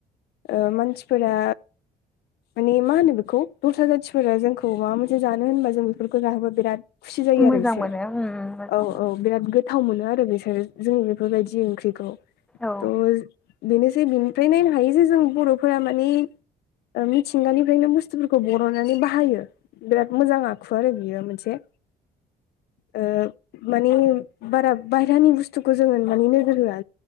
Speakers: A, on the left (about 70°); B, in the centre.
A: ओ मानसिफोरा माने मा होनो बेखौ दस्रा जाथिफोरा जोंखौ माबा मोनसे जानो होनबा जों बेफोरखौ जाहोबा बिराद खुसि जायो
B: मोजां
A: आरो बिसोर
B: मोनो उम मोजां
A: औ
B: मोनो
A: औ बिराद गोथाव मोनो आरो। बिसोर जोंनि बेफोर बायदि ओंख्रिखौ
B: औ
A: थ'। बेनोसै बिनिफ्राय नायनो हायो जे जों बर'फोरा मानेओ ओ मिथिंगानिफ्रायनो बुस्थुफोरखौ बर'ननानै बाहायो। बिराद मोजां आखु आरो बियो मोनसेआ ओ माने बारा बायहेरानि बुस्थुखौ जोङो माने नोजोर होआ